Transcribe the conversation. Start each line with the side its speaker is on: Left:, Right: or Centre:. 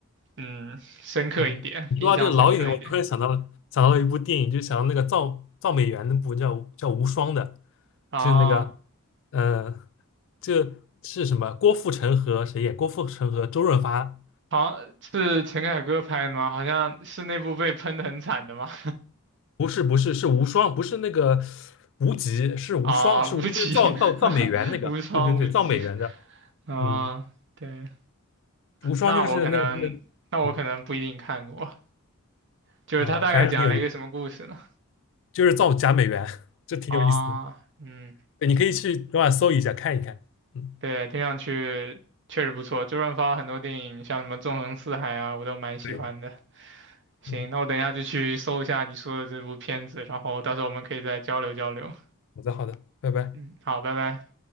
Right: 嗯深刻一点，
Left: 嗯。你说到这个老演员，
Right: 印象深刻一点
Left: 我突然想到了想到了一部电影，就想到那个造造美元那部叫叫《无双》的，
Right: 啊。
Left: 就是那个嗯、呃，这是什么？郭富城和谁演？郭富城和周润发。
Right: 好，是陈凯歌拍的吗？好像是那部被喷的很惨的吗？
Left: 不是不是是无双，不是那个无极，
Right: <laughs>
Left: 是无双，
Right: 啊，
Left: 是无就是造造造美元那个，
Right: 无极，<laughs> 无双无极
Left: 对对对，造美元的，
Right: 啊，
Left: 嗯，
Right: 对，
Left: 无双就是那个那个，
Right: 那我可能，那我可能不一定看过，
Left: 嗯
Right: 就是他大概讲了一个什么故事呢？
Left: 啊、呃反正挺有意思，就是造假美元，<laughs> 这挺有意思的，
Right: 啊，嗯。
Left: 对，你可以去等会儿搜一下看一看，嗯，
Right: 对，听上去确实不错。周润发很多电影，像什么《纵横四海》啊，我都蛮喜欢的。
Left: 对，
Right: 行，
Left: 嗯，
Right: 那我等一下就去搜一下你说的这部片子，然后到时候我们可以再交流交流。
Left: 好的好的，拜拜。
Right: 嗯，好，拜拜。